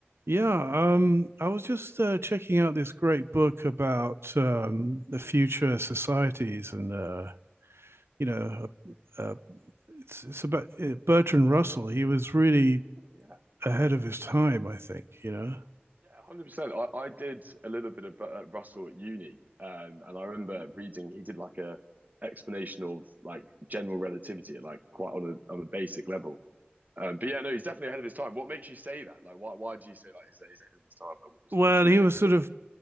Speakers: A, on the right; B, on the right.
A: Yeah, um, I was just uh, checking out this great book about um, the future societies, and uh, you know, uh, uh, it's it's about uh, Bertrand Russell. He was really
B: Yeah,
A: ahead of his time, I think. You know,
B: yeah, one hundred percent. I, I did a little bit of uh, Russell at uni, um, and I remember reading he did like a explanation of like general relativity, like quite on a on a basic level. Um, but yeah, no, he's definitely ahead of his time. What makes you say that? Like, why why do you say like he's, he's ahead of his time? Like, what,
A: well,
B: what did you
A: he
B: think?
A: was sort of,